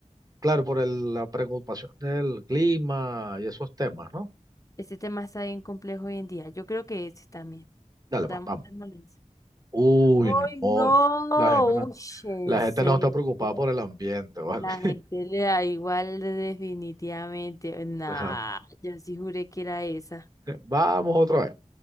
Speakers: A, on the right; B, on the left.
A: claro, por el- la preocupación del clima y esos temas, ¿no?
B: Este tema está bien complejo hoy en día. Yo creo que este también.
A: Dale,
B: Dam-
A: pues, vamos.
B: Dámosle. esa.
A: Uy,
B: ¡Ay,
A: no,
B: no!
A: la gente no
B: Uy, ¿en
A: La gente
B: serio?
A: no está preocupada por el ambiente, ¿vale?
B: La
A: <laughs>
B: gente le da igual definitivamente. Nah,
A: Ajá.
B: yo sí juré que era esa.
A: Vamos otra vez.